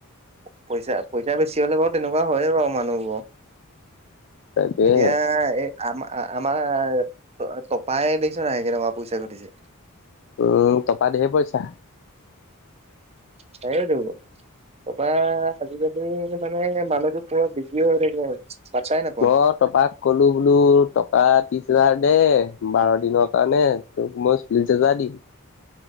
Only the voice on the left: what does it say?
তাকেহে
উম তপা ধেইৰ পইচা।
মই তপাক কলো বোলো টকা ত্ৰিছ‌ হাজাৰ দেই বাৰ দিনৰ কাৰণে তোক মই চল্লিশ হেজাৰ দিম